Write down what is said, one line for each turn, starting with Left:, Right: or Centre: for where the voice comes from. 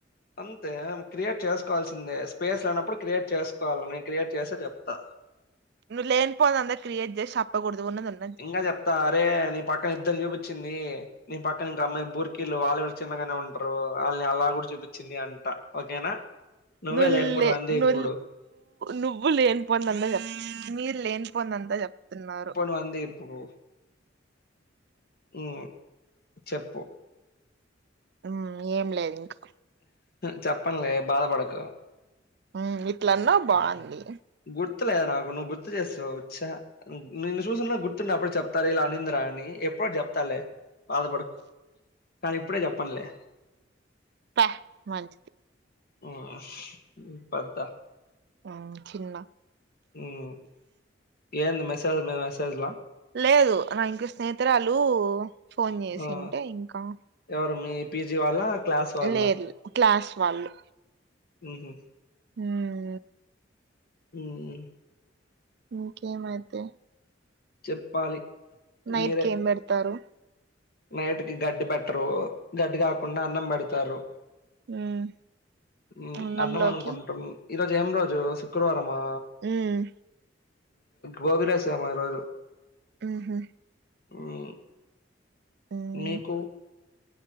Left: అంతే క్రియేట్ చేసుకోవాల్సిందే స్పేస్ లేనప్పుడు క్రియేట్ చేసుకోవాల క్రియేట్ చేసే చెప్తా
Right: నువ్వు లేనిపోంది అంతా క్రియేట్ చేసి చేప్పకూడదు ఉన్నది ఉన్
Left: ఇంగ చెప్తా అరే నీ పక్కన ఇద్దరు చూపిచ్చింది నీ పక్కన ఇంక అమ్మాయి బుర్కీలు వాళ్ళు కూడా చిన్నగానే ఉంటరు వాళ్ళని అలా కూడా చూపించింది అంట ఓకేనా నువ్వే
Right: నులే
Left: లేనిపోనివంది
Right: ను
Left: ఇప్పుడు
Right: నువ్వు లేని పొంది అంతా చెప్ మీరు లేనిపోందంతా చెప్తున్నారు
Left: మనది ఎప్పుడు? మ్ చెప్పు
Right: మ్ ఏం లేదు ఇంకా
Left: చెపెన్లే బాధపడకు
Right: మ్ ఇట్లన్నా బాగుంది
Left: గుర్తులేద నాకు నువ్వు గుర్తు చేస్తావు చా నిన్నను చూసన్నా గుర్తుండి అప్పుడు చెప్తారు ఇలా అనిందిరా అని ఎప్పుడు చెప్తాలే బాధపడుకు నాది ఇప్పుడే చెపెన్లే
Right: ప్యా మంచిది
Left: మ్ పెద్ద
Right: మ్ చిన్నా
Left: మ్ ఎంది మెసజ్ మీద మెసేజ్
Right: లేదు నా ఇంక స్నేహితురాలు ఫోన్ చేసింటే
Left: ఆ
Right: ఇంకా
Left: ఎవరు మీ పీజీ వాళ్ళ క్లాస్ వాళ్ళ
Right: లేదు క్లాస్ వాళ్లు
Left: మ్ హా
Right: మ్
Left: ఉమ్
Right: ఇంకేమైతే
Left: చెప్పాలి
Right: నైట్
Left: మీరే
Right: కి ఏం పెడతారు
Left: నైట్ కి గడ్డి పెట్టరు గడ్డి కాకుండా అన్నం పెడతారు
Right: మ్మ్
Left: మ్
Right: అన్నంలోకి
Left: అన్నం అనుకుంటాం ఈ రోజు ఏం రోజు శుక్రవారమా
Right: మ్మ్
Left: గోబి రైస్ ఏమో ఈ రోజు
Right: మ్ హా
Left: మ్
Right: మ్మ్
Left: నీకు